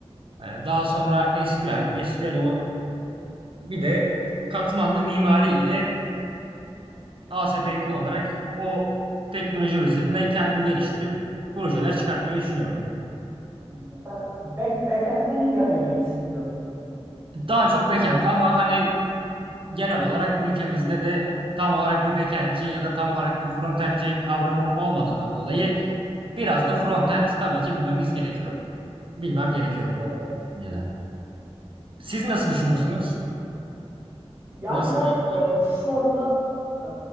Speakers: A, on the right (about 55°); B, on the right (about 20°).
A: Ee, Daha sonra SQL, SQL olan bir de katmanlı mimari ile ASP'yi kullanarak o teknolojiler üzerine kendimi geliştirip projeler çıkartmayı düşünüyorum.
B: Sen back, backend'den ilerlemeyi düşünüyorsun.
A: Daha çok backend ama hani genel olarak ülkemizde de tam olarak bir backendçi ya da tam olarak bir frontendçi kavramı olmadığından dolayı biraz da frontend tabii ki bilmemiz gerekiyor. Bilmem gerekiyor
B: Ee,
A: o düşünceden. Siz nasıl düşünüyorsunuz?
B: Yani
A: Nasıl
B: ben
A: bir yol haritanız
B: e, şu
A: var?
B: anda e,